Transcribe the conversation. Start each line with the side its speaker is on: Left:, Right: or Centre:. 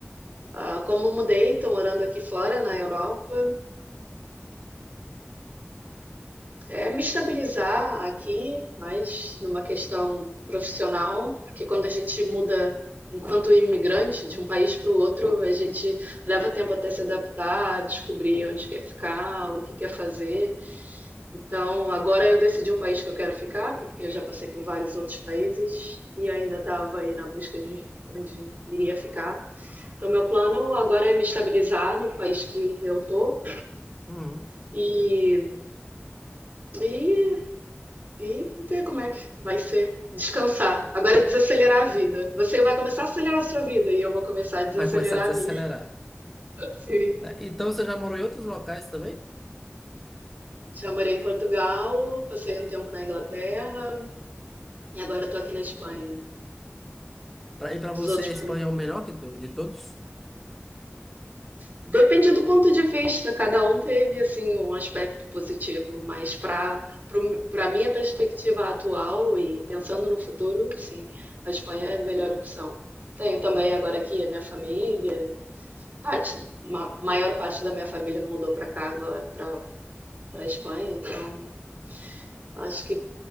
Right: ah, como mudei, estou morando aqui fora, na Europa, É me estabilizar aqui, mas numa questão profissional, porque quando a gente muda enquanto imigrante de um país para o outro, a gente leva tempo até se adaptar, descobrir onde quer ficar, o que quer fazer. Então, agora eu decidi o país que eu quero ficar, porque eu já passei por vários outros países e ainda estava aí na busca de onde iria ficar. Então, meu plano agora é me estabilizar no país que eu tô
Centre: Uhum.
Right: e, e E ver como é que vai ser. Descansar. Agora é desacelerar a vida. Você vai começar a acelerar a sua vida e eu vou começar a desacelerar
Centre: Vai começar a desacelerar,
Right: a minha. <laughs> Sim.
Centre: né? Então você já morou em outros locais também?
Right: Já morei em Portugal, passei um tempo na Inglaterra e agora estou aqui na Espanha.
Centre: Pra, e para
Right: Dos
Centre: você
Right: outros
Centre: a Espanha
Right: países.
Centre: é o melhor que do- de todos?
Right: Depende do ponto de vista, cada um teve assim um aspecto positivo, mas para para minha perspectiva atual e pensando no futuro, sim, a Espanha é a melhor opção. Tenho também agora aqui a minha família, Parte, ma- maior parte da minha família mudou para cá agora, para para Espanha, então acho que